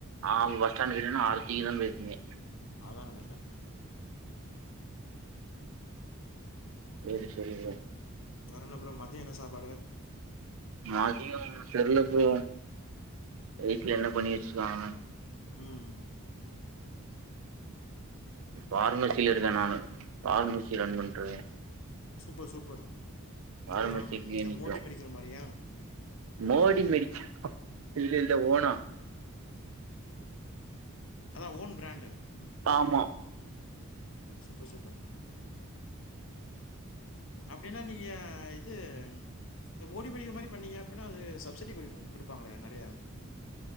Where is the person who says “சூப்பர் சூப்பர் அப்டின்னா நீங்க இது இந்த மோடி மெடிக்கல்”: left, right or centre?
Left